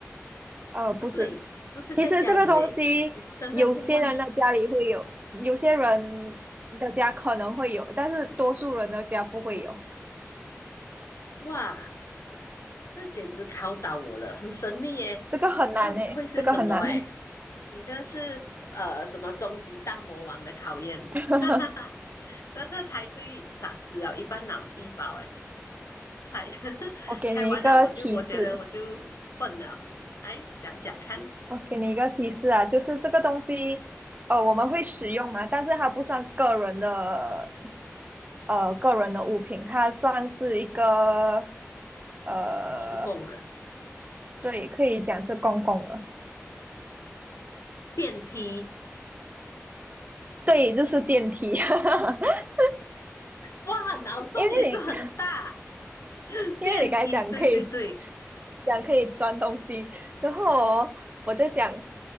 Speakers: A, on the right; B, on the left.
A: 呃，不是，
B: 不对，不是在家里耶，
A: 其实这个东西有些人的家里会有，
B: 也不算在户外。
A: 有些人的家可能会有，但是多数人的家不会有，
B: 哇，这简直考倒我了，很神秘耶，
A: 这个很难诶，
B: 到底会是什么？
A: 这个很难，
B: 哎，你这是呃什么终极大魔王的考验？<laughs>
A: <laughs>
B: 哈哈哈，这个猜对傻死了，一般脑细胞哎，猜 <laughs>
A: 我给你一个提示。
B: 猜完了我就我觉得我就笨了。来讲讲看，
A: 我给你一个提示啊，就是这个东西，呃，我们会使用嘛，但是它不算个人的，呃，个人的物品，它算是一个，呃，
B: 公共了，
A: 对，可以讲是公共的，
B: 电梯，
A: 对，就是电梯，<laughs>
B: 哇，脑洞也是很大。
A: 因为你，因为你刚才讲可以
B: 电梯，对对对，
A: 讲可以装东西，然后哦我在想，